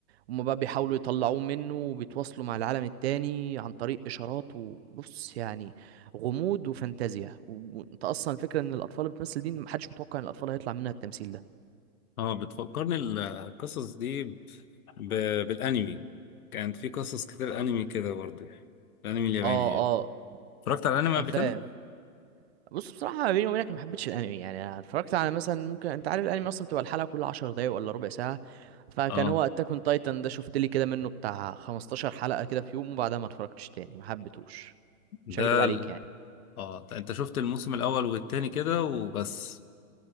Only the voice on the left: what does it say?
اه بتفكرني ال- القصص دي ب... بالانمي كانت في قصص كتير انمي كده برضه الانمي الياباني
اتفرجت على الانمي قبل
كده
اه
ده
ال...
اه انت شفت الموسم الاول والتاني كده وبس